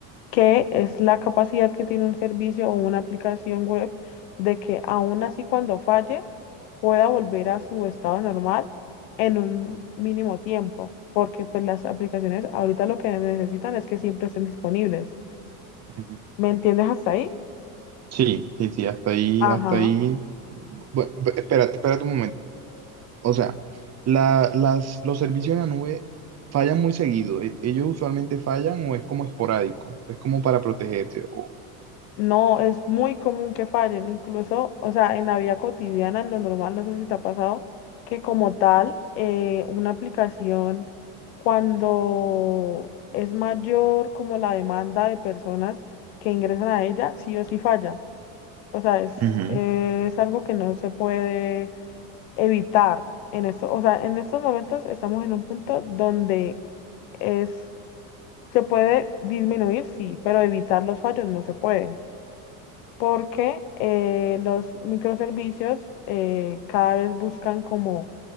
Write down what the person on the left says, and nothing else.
que es la capacidad que tiene un servicio o una aplicación web de que aún así cuando falle pueda volver a su estado normal en un mínimo tiempo, porque pues las aplicaciones ahorita lo que necesitan es que siempre estén disponibles.
¿Me entiendes hasta ahí?
Ajá.
No, es muy común que fallen, incluso, o sea, en la vida cotidiana, en lo normal, no sé si te ha pasado, que como tal, eh, una aplicación, cuando es mayor como la demanda de personas que ingresan a ella, sí o sí falla. O sea, es,
es algo que no se puede evitar en esto. O sea, en estos momentos estamos en un punto donde es, se puede disminuir, sí, pero evitar los fallos no se puede porque eh, los microservicios eh, cada vez buscan como